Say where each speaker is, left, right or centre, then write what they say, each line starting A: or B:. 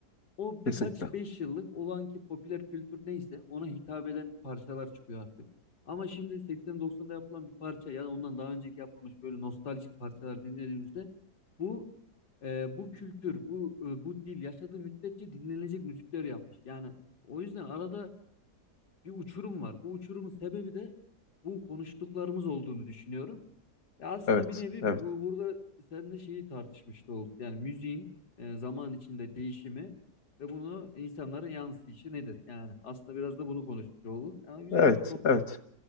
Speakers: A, on the left (about 80°); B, on the left (about 60°).
A: O
B: Kesinlikle.
A: birkaç beş yıllık olan ki popüler kültür neyse ona hitap eden parçalar çıkıyor artık. Ama şimdi 80-90'da yapılan bir parça ya da ondan daha önceki yapılmış böyle nostaljik parçalar dinlediğimizde bu e, bu kültür, bu e, bu dil yaşadığı müddetçe dinlenecek müzikler yapmış. Yani o yüzden arada bir uçurum var. Bu uçurumun sebebi de bu konuştuklarımız olduğunu düşünüyorum. Ya aslında
B: Evet,
A: bir nevi
B: evet.
A: bu, burada seninle şeyi tartışmış da olduk. Yani müziğin e, zaman içinde değişimi ve bunu insanlara yansıyışı nedir? Yani aslında biraz da bunu konuşmuş olduk. Yani güzel
B: Evet,
A: bir sohbet
B: evet.